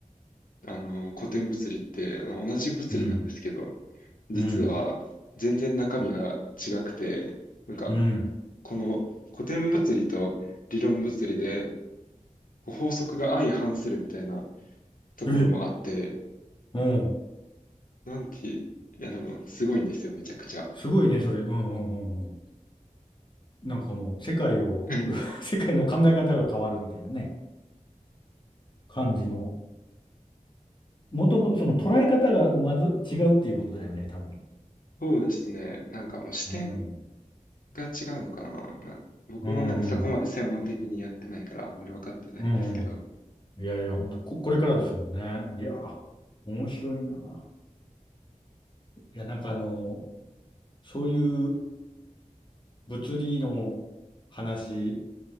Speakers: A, on the left; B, on the left.
A: あの、古典物理って、あの同じ物理なんですけど、
B: うん。
A: 実は全然中身が違くて、
B: うん。
A: なんか、
B: うん。
A: この古典物理と理論物理で、こう法則が相反するみたいなところもあって、
B: え、うん。
A: なんて、いや、でも、すごいんですよ、めちゃくちゃ。
B: すごいね、それ。うんうんうんうん。なんかもう、世界を、
A: <laughs>
B: <laughs> 世界の考え方が変わるみたいなね、感じの。もとも、その捉え方がまず違うっていうことだよね、多分。
A: そうですね。なんかもう視点
B: うん。
A: が違うのかな。まあ僕もなんかそこまで専門的にやってないからあんまり分かってないんですけど、
B: うんうん。うんうん。いやいや、本当こ、これからですもんね。いや、面白いな。いや、なんかあの、そういう物理の話、